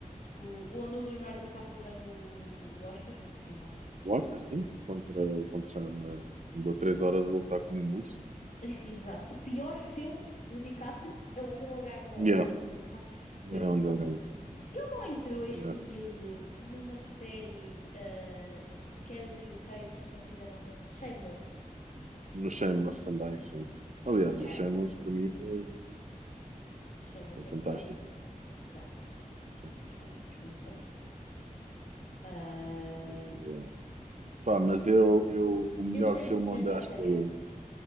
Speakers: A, on the left (about 60°); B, on the right (about 55°).
A: que o- onde o Leonardo DiCaprio ganhou o o Oscar, finalmente.
B: what, assim, contra, contra uma, andou três horas a lutar com o mesmo urso.
A: <laughs> Exato. O pior filme do DiCaprio é onde ele ganha o
B: Yeah,
A: Oscar. Pá, que se- coisa
B: é
A: sem
B: onde
A: sentido.
B: ele ganhou.
A: Ele não entrou, este
B: Yeah.
A: miúdo, numa série eh, que era do U k depois também fizeram Shameless.
B: No Shameless também, sim. Aliás,
A: Yeah,
B: o Shameless para mim foi.
A: o Shameless
B: Foi
A: é muito
B: fantástico.
A: bom. Yeah,
B: Foi muito
A: Shameless,
B: bom mesmo.
A: muito bom. Ah,
B: Muito bom. Pá, mas eu, eu, o melhor
A: eu gostei
B: filme
A: de Jenna
B: onde acho
A: Ortega.
B: que ele,